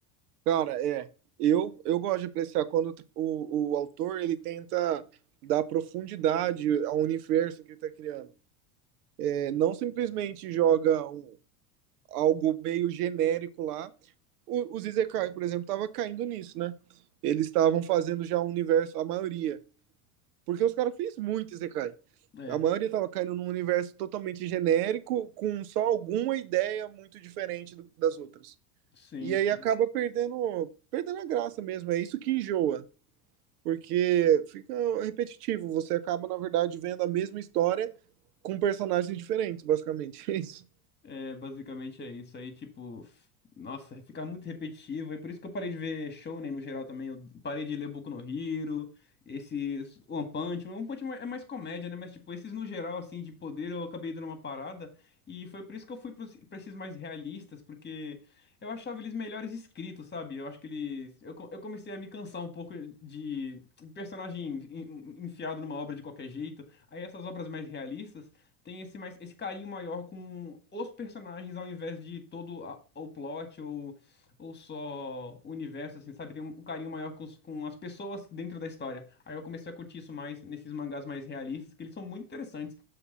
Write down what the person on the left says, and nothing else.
É,
sim,
sim.
É, basicamente é isso. Aí, tipo, f- nossa, fica muito repetitivo. E por isso que eu parei de ver Shonen no geral também. Eu parei de ler Boku no Hero, esses One Punch Man. One Punch Man é mais comédia, né? Mas, tipo, esses no geral, assim, de poder, eu acabei dando uma parada. E foi por isso que eu fui pros- pra esses mais realistas, porque eu achava eles melhores escritos, sabe? Eu acho que eles. Eu, co- eu comecei a me cansar um pouco de personagem en- enfiado numa obra de qualquer jeito. Aí, essas obras mais realistas tem esse mais esse carinho maior com os personagens ao invés de todo a- o plot ou ou só o universo assim, sabe? Tem um, um carinho maior com, os- com as pessoas dentro da história. Aí eu comecei a curtir isso mais nesses mangás mais realistas, que eles são muito interessantes.